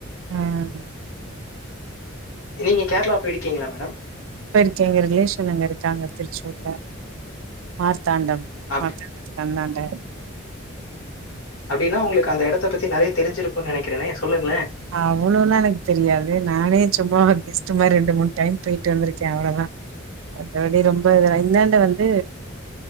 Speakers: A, on the right; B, on the left.
A: ம்
B: நீங்க கேரளா போய்ருக்கீங்ளா மேடம்
A: இப்ப ருக்க எங்க ரிலேஷன் அங்க இருக்காங்க திருச்சூர்ல மார்த்தாண்டம்
B: அப்
A: <inaudible> அன்னாண்ட
B: அப்டின்னா உங்ளுக்கு அந்த எடத்த பத்தி நறைய தெரிஞ்சிருக்கும் நெனைக்குறனே சொல்லுங்ளே
A: அவ்ளோல்லா எனக்கு தெரியாது நானே சும்மா ஒரு கெஸ்டு மாரி ரெண்டு மூணு டைம் போயிட்டு வந்துருக்கே அவ்ளோதா எப்டி ரொம்ப இதெல்லா இன்னாண்ட வந்து